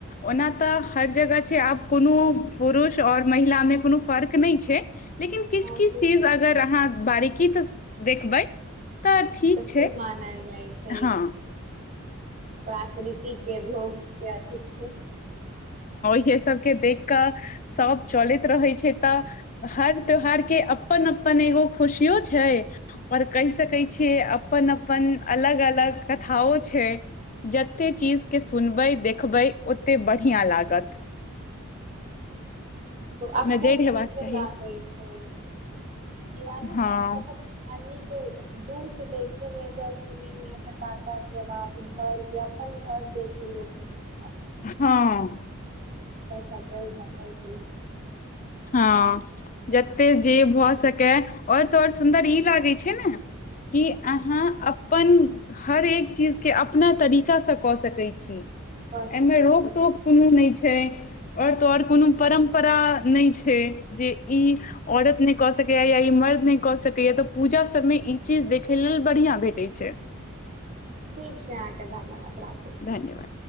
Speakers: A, on the left (about 35°); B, on the right (about 35°).
A: ओना तऽ हर जगह छै आब कोनो पुरुष आओर महिलामे को फर्क नहि छै लेकिन किछ
B: हँ
A: किछ
B: से
A: चीज
B: तऽ छै
A: अगर अहाँ बारीकी तऽ देखबै तऽ ठीक
B: शुभ
A: छै
B: मनाल जाय छै
A: हँ
B: प्राकृतिक के भोग क
A: इे सबके देख कऽ सब चलैत रहै छै तऽ हर त्यौहार के अपन अपन अपन एगो खुशियो छै आओर कहि सकैत छियै अपन अपन अलग अलग कथाओं छै जते चीजके सुनबै देखबै ओत ते बढ़ियाॅं लागत
B: आ खूब
A: नजरि हेबाक
B: नीको
A: चाही
B: लागै छै दिवाली
A: हँ
B: मतलब अम के दूर से देखे में चाहे सुने मे पटाका के आवाज घर के अपन घर दे के लोटे मे
A: हाँ
B: बस आ जाउ
A: हाँ जते जे भऽ सकै और तऽ ओर सुन्दर ई लागे छै ने कि अहाँ अपन हर एक चीजके अपना तरीकासे कऽ सकै छी
B: भऽ
A: एमे
B: सकैत
A: रोकटोक
B: छै
A: कोनो नहि छै ओर तऽ ओर कोनो परम्परा नहि छै जे ई औरत नहि कऽ सकैय या ई मर्द नहि कऽ सकैया तऽ पूजा सबमे ई चीज देखै लेल बढ़ियाॅं भेटै छै
B: ठीक छै अहाँके धन्यवाद राखू
A: धन्यवाद